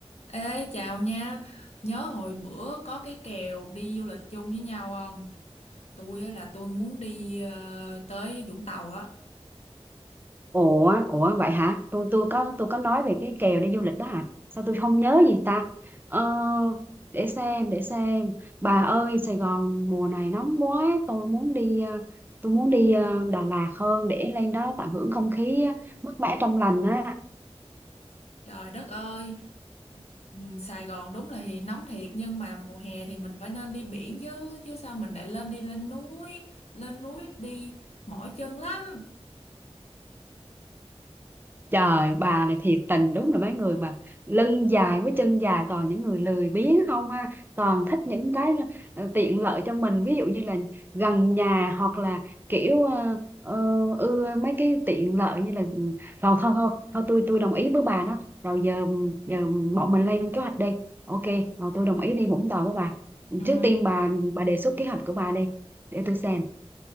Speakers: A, on the left; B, on the right.
A: Ê chào nha Nhớ hồi bữa có cái kèo đi du lịch chung với nhau không Tôi á là tôi muốn đi ờ, tới Vũng Tàu á
B: Ủa, ủa vậy hả? Tôi tôi có tôi có nói về cái kèo đi du lịch đó hả? Sao tôi không nhớ gì ta? Ờ, để xem, để xem. Bà ơi, Sài Gòn mùa này nóng quá, tôi muốn đi ờ, tôi muốn đi ờ, Đà Lạt hơn để lên đó tận hưởng không khí ờ, mát mẻ trong lành á.
A: Trời đất ơi ừm, Sài Gòn đúng là thì nóng thiệt Nhưng mà mùa hè thì mình phải nên đi biển chứ Chứ sao mình lại lên đi lên núi Lên núi đi mỏi chân lắm
B: Trời bà này thiệt tình đúng là mấy người mà lưng dài với chân dài toàn những người lười biếng không ha toàn thích những cái ờ, tiện lợi cho mình ví dụ như là gần nhà hoặc là kiểu ờ, ờ, ưa mấy cái tiện lợi như là ừ, rồi thôi thôi thôi tôi tôi đồng ý với bà đó rồi giờ giờ bọn mình lên kế hoạch đi ok rồi tôi đồng ý đi Vũng Tàu với bà
A: ừ.
B: trước tiên bà bà đề xuất kế hoạch của bà đi để tôi xem